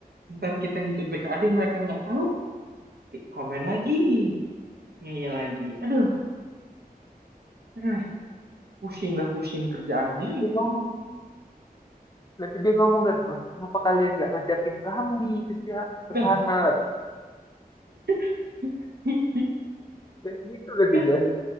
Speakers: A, on the right; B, on the left.
A: ntar kita ngikut BKD mereka nggak tahu eh, komen lagi ngeyel lagi aduh Eh, pusing lah pusing kerjaan
B: nanti
A: ini.
B: dia ngomong nanti dia ngomong kan lah kenapa kalian nggak ngajakin kami ke sia-
A: Nah,
B: ke sana
A: <laughs>
B: dan gitu
A: kan
B: gitu dia